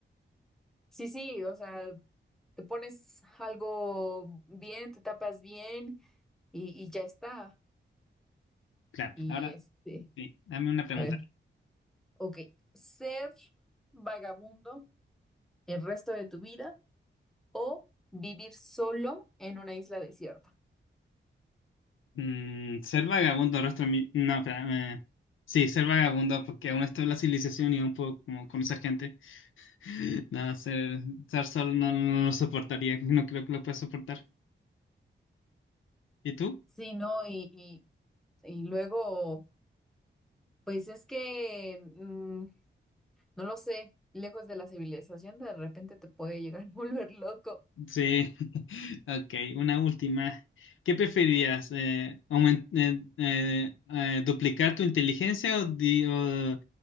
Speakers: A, in the centre; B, on the left (about 85°).
A: Sí, sí, o sea, te pones algo bien, te tapas bien y, y ya está.
B: Claro,
A: Y
B: ahora
A: este,
B: sí, dame una
A: a
B: pregunta.
A: ver. Ok, ser vagabundo el resto de tu vida o vivir solo en una isla desierta.
B: Mm, ser vagabundo rastro mi... No, espera. eh, Sí, ser vagabundo porque aún está la civilización y aún puedo como conocer gente. <laughs> No, ser, estar solo no, no lo soportaría. <laughs> No creo que lo pueda soportar. ¿Y tú?
A: Sí, ¿no? Y, y, y luego, pues es que, mm, no lo sé, lejos de la civilización de repente te puede llegar a <laughs> volver loco.
B: Sí. <laughs> Ok, una última. ¿Qué preferirías? eh, aumen- eh, eh, eh, ¿duplicar tu inteligencia o, di- o